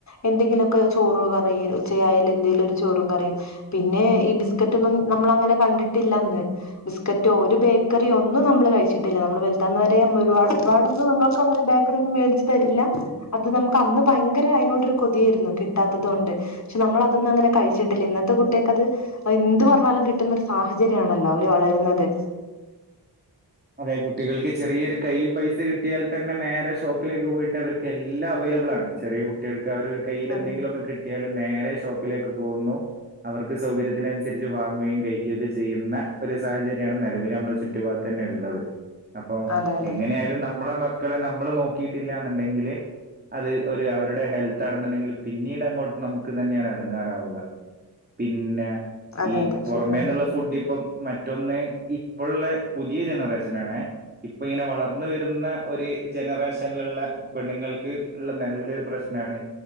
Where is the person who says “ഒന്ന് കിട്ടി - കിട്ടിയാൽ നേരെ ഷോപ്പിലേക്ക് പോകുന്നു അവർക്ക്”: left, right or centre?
Right